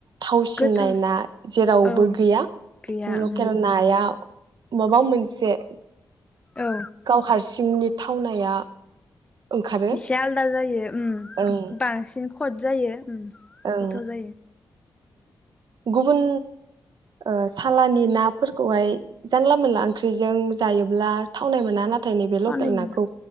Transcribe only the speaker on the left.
गोथाव
औ
गैया
ओहो
औ
इसे आलादा जायो। उम
बांसिन खद जायो गोथाव
जायो।
थावनाय
मोनो